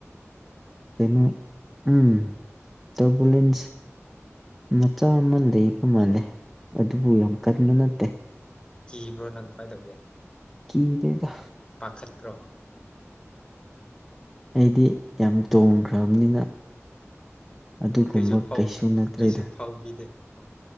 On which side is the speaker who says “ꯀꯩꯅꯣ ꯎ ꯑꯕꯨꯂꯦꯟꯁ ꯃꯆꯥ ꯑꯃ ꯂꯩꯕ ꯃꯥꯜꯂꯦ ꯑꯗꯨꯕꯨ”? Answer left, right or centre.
Centre